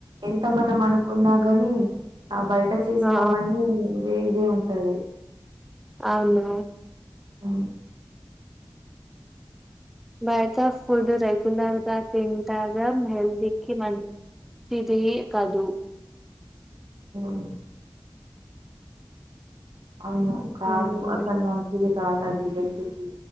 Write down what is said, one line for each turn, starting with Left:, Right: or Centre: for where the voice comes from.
Right: ఎంత మనం అనుకున్నా కాని ఆ బయట చేసినవన్ని
Centre: ఆ
Right: ఇదే ఇదే ఉంటది
Centre: అవును
Right: అ
Centre: బయట ఫుడ్ రడ్ రెగ్యులర్ గా తింటాద హెల్తీ కి మంచిది కదు
Right: మ్ అవును కాదు
Centre: ఉమ్
Right: అసలు మంచిదీ కాదు అది హెల్త్ కి